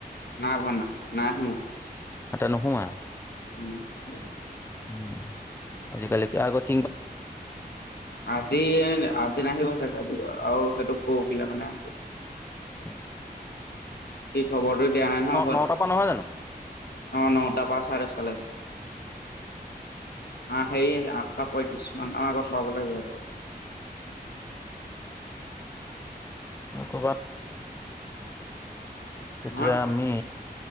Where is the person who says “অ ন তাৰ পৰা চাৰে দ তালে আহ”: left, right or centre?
Left